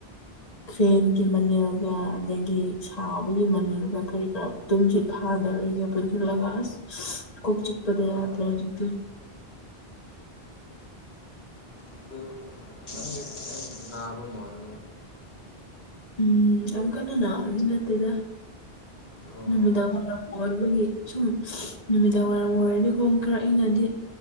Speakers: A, on the left; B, on the left.
A: ꯐ꯭ꯔꯦꯟꯒꯤ ꯃꯅꯦꯜꯒ ꯑꯗꯒꯤ ꯁꯥꯕꯒꯤ ꯃꯅꯦꯜꯒ ꯀꯔꯤ ꯀꯔꯥ ꯇꯨꯝꯁꯤ ꯌꯥꯗꯕꯦ ꯄꯨ ꯆꯂꯒꯥꯁ ꯈꯨ ꯆꯤꯛꯄꯗ
B: ꯑꯣ
A: ꯌꯥꯗ꯭ꯔꯦ
B: ꯑꯣ
A: ꯍꯧꯖꯤ ꯀ
B: ꯑꯗꯨ ꯅꯪꯗꯤ ꯐꯖ ꯅꯥꯕ ꯃꯥꯂ
A: ꯎꯝ ꯑꯣꯪꯀꯅ ꯅꯅꯥ ꯏꯅꯇꯗ
B: ꯑꯣ
A: ꯅꯨꯃꯤꯗꯥꯡ ꯋꯥꯏꯔꯝ ꯑꯣꯏꯕꯒꯤ ꯁꯨꯝ ꯅꯨꯃꯤꯗꯥꯡ ꯋꯥꯏꯔꯝ ꯑꯣꯏꯔꯗꯤ ꯈꯣꯡ ꯈꯔꯛꯏꯉꯗꯤ